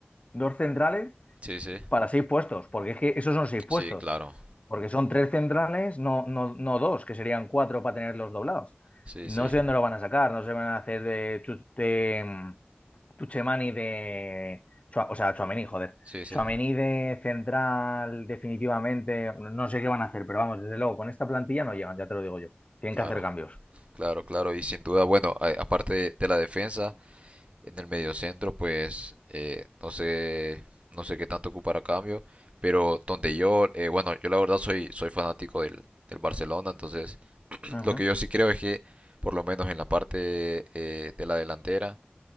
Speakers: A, on the left (about 35°); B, on the right (about 30°).
A: dos centrales
B: Sí, sí.
A: para seis puestos, porque es que esos son seis puestos.
B: Sí, claro.
A: Porque son tres centrales, no, no, no dos, que serían cuatro para tenerlos doblados.
B: Sí,
A: No
B: sí.
A: sé dónde lo van a sacar, no se van a hacer de, tu- de mm, Tuchemani de. Chua- O sea, Tchouaméni, joder.
B: Sí, sí.
A: Tchouaméni de central, definitivamente. No sé qué van a hacer, pero vamos, desde luego, con esta plantilla no llegan, ya te lo digo yo. Tienen
B: Claro.
A: que hacer cambios.
B: Claro, claro. Y sin duda, bueno, a- aparte de la defensa... En el mediocentro, pues eh, no sé, no sé qué tanto ocupar a cambio, pero donde yo, eh, bueno, yo la verdad soy, soy fanático del, del Barcelona, entonces <clears throat>
A: Ujú.
B: lo que yo sí creo es que, por lo menos en la parte eh, de la delantera,